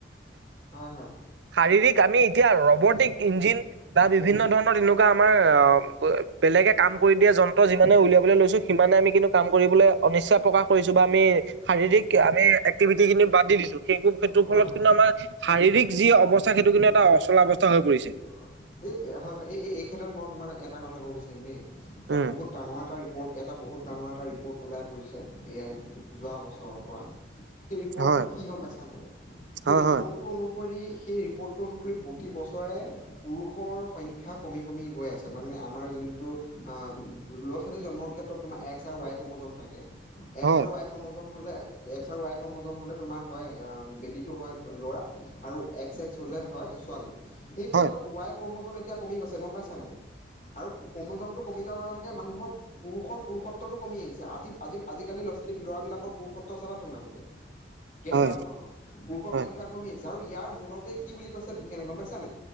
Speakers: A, on the left; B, on the right.
A: হয় হয় হয়
B: শাৰীৰিক আমি এতিয়া ৰবৰ্তিক ইঞ্জিন বা বিভিন্ন ধৰণৰ তেনেকুৱা আমাৰ অ বেলেগে কাম কৰি দিয়া যন্ত্ৰ যিমানে উলিয়াবলৈ লৈছো, সিমানে আমি কিন্তু কাম কৰিবলে অনিচ্ছা প্ৰকাশ কৰিছো বা আমি শাৰীৰিক আমি এক্টিভিটিখিনি বাদ দি দিছো, সেই সেইটোৰ
A: হয় হয়
B: ফলত
A: হয়
B: কিন্তু আমাৰ শাৰীৰিক যি অৱস্থা সেইটো কিন্তু এটা অচলা অৱস্থা হৈ পৰিছে।
A: অ', এই হয় হয় এই এই ক্ষেত্ৰত মই তোমাক এটা কথা কব বিচাৰিম দেই এটা
B: উম
A: ৰিপৰ্ট, এটা বহুত ডাঙৰ এটা ৰিপৰ্ট ওলাই পৰিছে, এয়াই যোৱা বছৰৰ পৰা সেই ৰিপৰ্টো
B: হয়
A: কি গম পাইছা নাই, সেই
B: হয়
A: ৰিপৰ্টো
B: হয়
A: অনুহৰি সেই ৰিপৰ্টটো অনুহৰি প্ৰতি বছৰ পুৰুষৰ সংখ্যা কমি কমি গৈ আছে, মানে আমাৰ যোনটো আ ল'ৰা-ছোৱালী জন্ম মৰ ক্ষেত্ৰত‌ তোমাৰ এক্স আৰু ৱাই ক্ৰমজম থাকে, এক্স
B: হয়
A: আৰু ৱাই ক্ৰমজম হলে এক্স আৰু ৱাই ক্ৰমোজম হলে তোমাৰ হয় অম, বেবিটো হয় লৰা আৰু এক্স এক্স হলে হলে হয় ছোৱালী।
B: হয়
A: ত', ৱাই ক্ৰমোজম এতিয়া কমি গৈছে গম পাইছা নাই। আৰু ক্ৰমোজমটো কমি যোৱাৰ লগে লগে মানুহৰ পুৰুষৰ পুৰুষত্বটো কমি আহিছে, আজি আজি আজিকালি ল'ৰাবিলাকৰ পুৰুষত্ব চাবা তোমালোকে কেনেকুৱা
B: হয়
A: ধৰণৰ, পুৰুষৰ
B: হয়
A: সংখ্যা কমি আহিছে আৰু ইয়াৰ মূলতে কি বুলি কৈছে বিজ্ঞানে, গম পাইছা নাই?